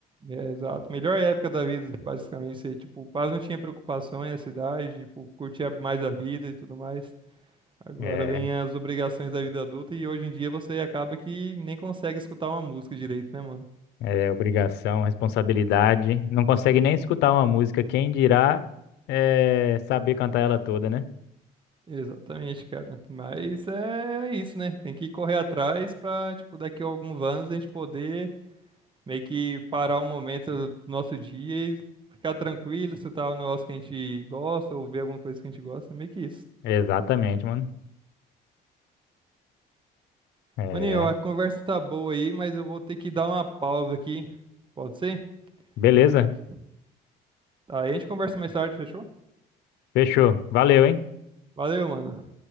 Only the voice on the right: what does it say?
É, exato. Melhor época da vida, basicamente. Você, tipo, quase não tinha preocupações na cidade, tipo, curtia mais a vida e tudo mais. Agora
vem as obrigações da vida adulta e hoje em dia você acaba que nem consegue escutar uma música direito, né, mano?
Exatamente, cara. Mas é é isso, né? Tem que correr atrás pra, tipo, daqui a alguns anos a gente poder meio que parar um momento do nosso dia e ficar tranquilo, escutar um negócio que a gente gosta ou ver alguma coisa que a gente gosta, meio que isso.
Maninho, a conversa tá boa aí, mas eu vou ter que dar uma pausa aqui. Pode ser?
Tem que... Aí a gente conversa mais tarde, fechou?
Valeu, mano.